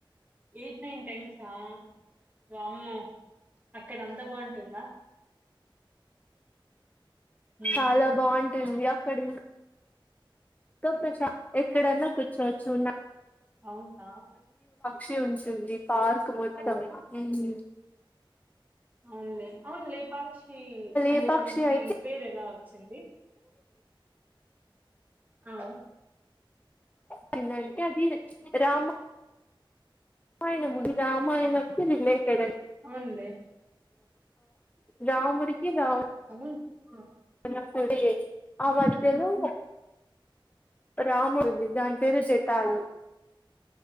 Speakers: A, on the right; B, on the left.
A: ఎయిట్ నైన్ టైమ్సా వామ్మో అక్కడ అంత బాగుంటుందా <inaudible> ఉమ్
B: చాలా బాగుంటుంది అక్ కడున మొత్తం ప్రశాన్ ఎక్కడన్నా కూర్చోచ్చు న
A: అవునా
B: శు ఉంటుంది పార్క్ మొత్తం
A: ఓ
B: హ్మ్
A: అవునులే అవును లేపాక్షి అనే
B: ఏ పక్షి
A: దానికి
B: అయితే
A: పేరు ఎలా వ వచ్చింది ఆ
B: కిందైతే అది రామ రామాయణం ఉంది రామాయణం కు రిలేటెడ్ అది
A: అవునులే
B: రాముడికి రావణాసుడికి
A: అవునా
B: ఆ మధ్యలో రాముడు ఉంది దాని పేరు జటాలు